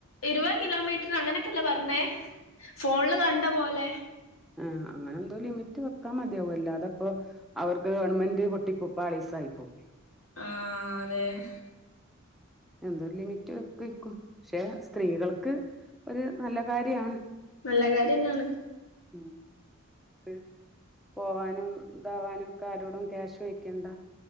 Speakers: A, on the left; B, in the centre.
A: ഇരുപത് കിലോമീറ്റർ അങ്ങനെക്കെല്ലേ പർന്നേ ഫോൺള് കണ്ട പോലെ
B: ആഹ അങ്ങനെ എന്തോ ലിമിറ്റ് വെക്കാൻ മതിയാവല്ലോ അല്ലാതാപ്പോ അവർക്ക് ഗവൺമെന്റ് പൊട്ടി പോ പാളീസായി പോവുലെ
A: ആ അതെ ഹെ
B: എന്തോരു ലിമിറ്റ് വെക്കായിരുക്കും ക്ഷെ സ്ത്രീകള് ക്ക് ഒരു നല്ല കാര്യാണ് ക്ക്
A: നല്ലകാര്യംന്നാണ്
B: ഉം ക്ക് പോവാനും ഇതാവാനും ഒക്കെ ആരോടും ക്യാഷ് ചോയ്ക്കണ്ട